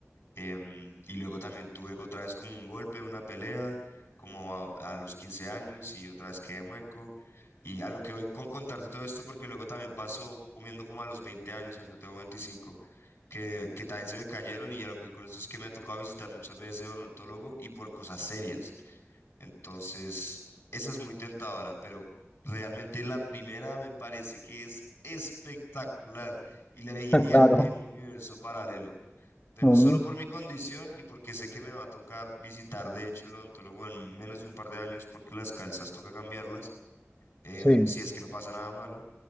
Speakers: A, on the left; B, on the left.
A: Em, y luego también tuve otra vez como un golpe, una pelea, como a, a los 15 años y otra vez quedé mueco. Y a lo que voy con contarte todo esto, porque luego también pasó comiendo como a los 20 años, ahorita tengo 25 que, que también se me cayeron y a lo que voy con esto es que me ha tocado visitar muchas veces el odontólogo y por cosas serias. Entonces, esa es muy tentadora, pero realmente la primera me parece que es espectacular y la elegiría
B: claro.
A: en un universo paralelo pero
B: Mm,
A: solo por mi condición y porque sé que me va a tocar visitar, de hecho, el odontólogo en menos de un par de años porque las calzas toca cambiarlas, em,
B: sí,
A: si es que no pasa nada malo.